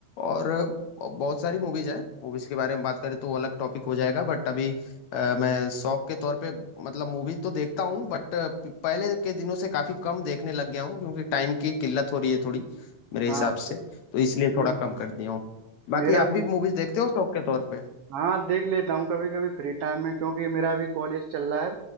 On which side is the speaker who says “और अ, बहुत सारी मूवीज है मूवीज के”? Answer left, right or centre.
Left